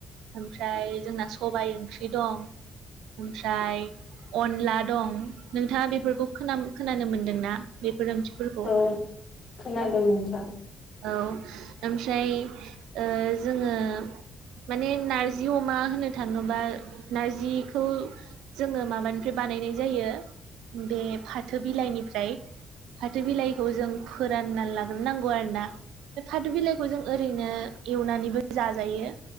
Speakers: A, on the right (about 65°); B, on the left (about 45°).
A: ओमफ्राय जोंना सबाइ ओंख्रि दं ओमफ्राय अनला दं नोंथाङा बेफोरखौ खोना खोनानो मोनदोंना बेफोर ओंख्रिफोरखौ
B: औ खोनादों नोंथां
A: औ ओमफ्राय ओ जोङो माने नारजि अमा होनो थाङोबा नारजिखौ जोङो माबानिफ्राय बानायनाय जायो बे फाथो बिलाइनिफ्राय फाथो बिलाइखौ जों फोरानना लांग्रोनांगौ आरोना बे फाथो बिलाइखौ जों ओरैनो एवनानैबो जाजायो